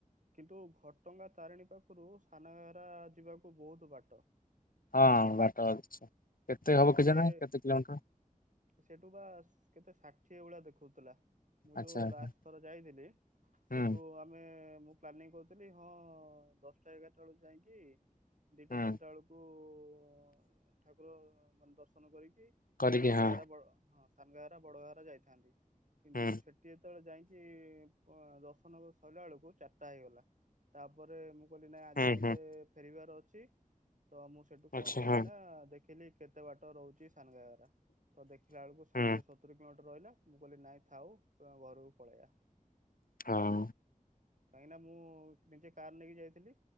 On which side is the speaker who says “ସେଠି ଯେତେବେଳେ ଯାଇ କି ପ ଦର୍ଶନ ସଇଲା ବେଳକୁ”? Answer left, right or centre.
Right